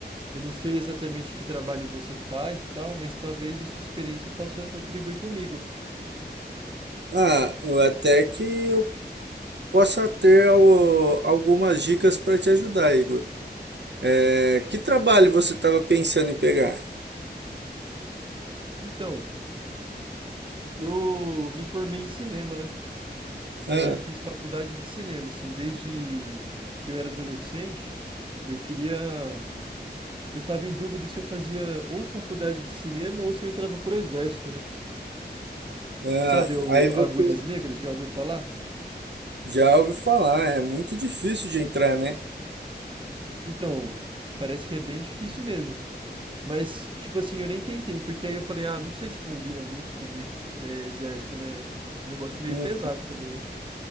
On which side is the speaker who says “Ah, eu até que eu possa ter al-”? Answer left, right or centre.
Right